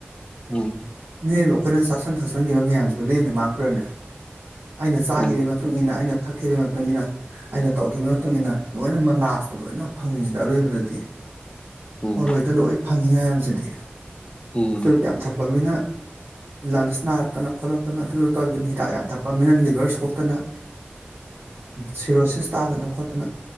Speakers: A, on the left; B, on the right.
A: ꯎꯝ ꯎꯝ
B: ꯃꯤꯌꯣꯢꯕ ꯑꯩꯈꯣꯏꯅ ꯆꯥꯁꯤꯟ ꯊꯛꯆꯟꯈꯤꯕ ꯃꯌꯥꯝꯁꯤꯕꯨ ꯂꯦꯝꯅ ꯃꯥꯡꯕ꯭ꯔꯅꯦ ꯑꯩꯅ ꯆꯥꯈꯤꯕꯒꯤ
A: ꯎꯝ
B: ꯃꯇꯨꯡ ꯏꯟꯅ ꯑꯩꯅ ꯊꯛꯈꯤꯕꯒꯤ ꯃꯇꯨꯡꯏꯟꯅ ꯑꯩꯅ ꯇꯧꯈꯤꯕ ꯂꯣꯏꯅꯃꯛ ꯂꯥꯁꯇ ꯂꯣꯏꯅꯃꯛ ꯐꯪꯉꯤꯁꯤꯗꯤ ꯑꯔꯣꯏꯕꯗꯗꯤ
A: ꯎꯝ
B: ꯄꯣꯂꯣꯏꯗ ꯂꯣ ꯐꯪꯉꯤ ꯌꯥꯝꯁꯤꯗꯤ
A: ꯎꯝ
B: ꯆꯨꯔꯨꯞ ꯌꯥꯝ ꯊꯛ ꯄꯃꯤꯅ ꯂꯪꯁ ꯅꯥꯔꯛꯇꯅ ꯈꯣꯠꯂꯛ ꯇꯅ ꯑꯗꯨꯅ ꯇꯧꯔꯗꯅ ꯍꯤꯗꯥꯛ ꯌꯥꯝ ꯊꯛ ꯄꯃꯤꯅ ꯂꯤꯚꯔ ꯁꯣꯛꯇꯅ ꯁꯤꯔꯣꯁꯤꯁ ꯇꯥꯗꯅꯣ ꯈꯣꯠ ꯇꯅ